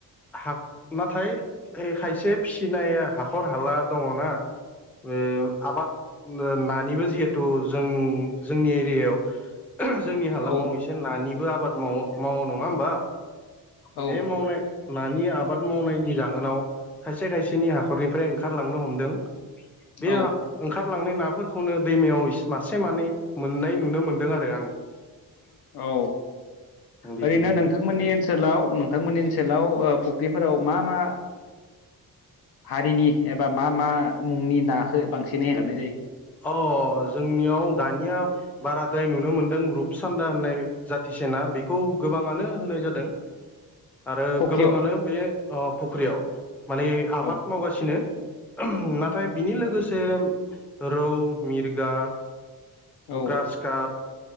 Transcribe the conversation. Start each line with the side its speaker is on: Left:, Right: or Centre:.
Centre: हा नाथाय खायसे फिसिनाया हाखर हाला दङना बे आबाद नो नानिबो जिहेथु जों जोंनि एरियायाव जोंनि हालामाव
Left: औ
Centre: एसे नानिबो आबाद मावो मावो नङा होमबा
Left: औ
Centre: दे मावनाय नानि आबाद मावनायनि जाहोनाव खायसे खायसेनि हाखरनिफ्राय ओंखारलांनो हमदों। बे
Left: औ
Centre: ओंखारलांनाय ना फोरखौनो दैमायाव मासे मानै मोननाय नुनो मोनदों आरो आं
Left: औ
Centre: बिदिनो
Left: ओरैनो नोंथांमोननि ओनसोलाव नोंथांमोननि ओनसोलाव ओ फुख्रिफोराव मा मा हारिनि एबा मा मा मुंनि नाखौ बांसिनै हगारनाय जायो
Centre: अ जोंनियाव दानिया बाराद्राय नुनो मोनदों रुप सान्दा होननाय जाथिसेना बेखौ गोबाङानो होनाय जादों आरो
Left: फुख्रियाव
Centre: गोबाङानो बे ओ फुख्रियाव माने
Left: औ
Centre: आबाद मावगासिनो ओहम नाथाय बिनि लोगोसे रौ मिरगा
Left: औ
Centre: ग्रासकाप
Left: औ